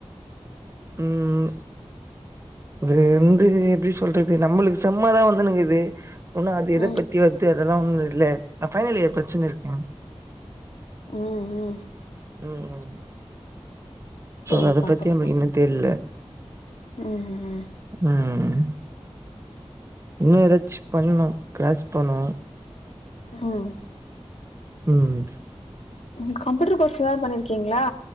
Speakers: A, on the right; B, on the left.
A: ம் அது வந்து எப்டி சொல்றது நம்மளுக்கு சம்மாதா வந்துணுக்குது உன்னு அது எத
B: ம்
A: பத்தி யு அதெல்லா ஒண்ணு இல்ல நா பைனல் இயர் படிச்சினு இருக்கே
B: ம் ம்
A: ம் ம்
B: சரிப்பா
A: சோ அத பத்தி
B: சரிப்பா
A: நம்மளுக்கு இன்னு தெர்ல
B: ம் ஹும்
A: ம் இன்னு எதாச்சு பண்ணு க்ளாஸ்க் போணு
B: ம்
A: ம்
B: ம் கம்ப்யூட்டர் கோர்ஸ்லா எதா பண்ணிருக்கீங்களா